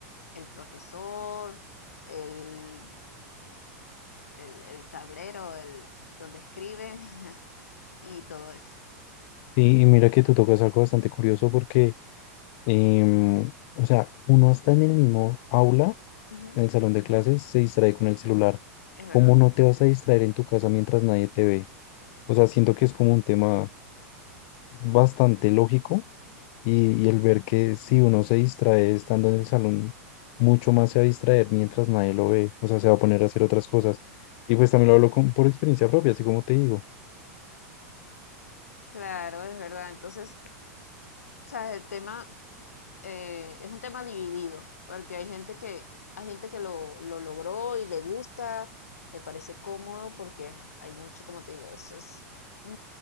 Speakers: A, on the left; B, on the left.
A: el profesor, el el, el tablero, el donde escriben <laughs> y todo eso.
B: Sí, y mira que tú tocas algo bastante curioso porque, em, o sea, uno está en el mismo aula,
A: Ujú,
B: en el salón de clases, se distrae con el celular.
A: Es verdad.
B: ¿Cómo no te vas a distraer en tu casa mientras nadie te ve? O sea, siento que es como un tema bastante lógico Y, y el ver que si uno se distrae estando en el salón, mucho más se va a distraer mientras nadie lo ve, o sea, se va a poner a hacer otras cosas. Y pues también lo hablo con, por experiencia propia, así como te digo.
A: Claro, es verdad. Entonces, o sea, el tema eh, es un tema dividido, porque hay gente que hay gente que lo, lo logró y le gusta, le parece cómodo, porque hay mucho, como te digo, eso es mm,